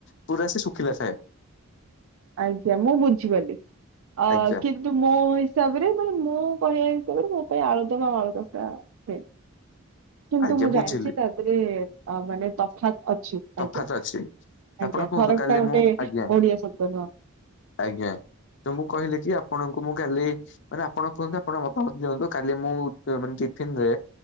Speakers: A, on the left; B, on the right.
A: ପୁରା ସେ ଶୁଖିଲା ଥାଏ।
B: ଆଜ୍ଞା ମୁଁ ବୁଝିଗଲି ଅ
A: ଆଜ୍ଞା
B: କିନ୍ତୁ ମୋ ହିସାବରେ ମାନେ ମୁଁ କହିବା। ତମର ବହୁତ ଆଳୁ ଦମ ଆଳୁ କଷା ହୁଏ। କିନ୍ତୁ
A: ଆଜ୍ଞା
B: ମୁଁ ଜାଣିଛି
A: ବୁଝିଲି
B: ତା ଦେହରେ ମାନେ ତଫାତ୍ ଅଛି
A: ତଫାତ
B: ଆଜ୍ଞା
A: ଅଛି। ତ
B: ଆଜ୍ଞା
A: ଆପଣ କୁହନ୍ତୁ
B: ଫରକ
A: କାଲି
B: ଟା ଗୋଟେ
A: ମୁଁ ଆଜ୍ଞା
B: ଓଡିଆ ଶବ୍ଦ ନୁହଁ।
A: ଆଜ୍ଞା ତ ମୁଁ କହିଲି କି ଆପଣଙ୍କୁ ମୁଁ କାଲି ମାନେ ଆପଣ କୁହନ୍ତୁ ଆପଣ ମତାମତ ଦିଅନ୍ତୁ କାଲି ମୁଁ ଅ ଟିଫିନରେ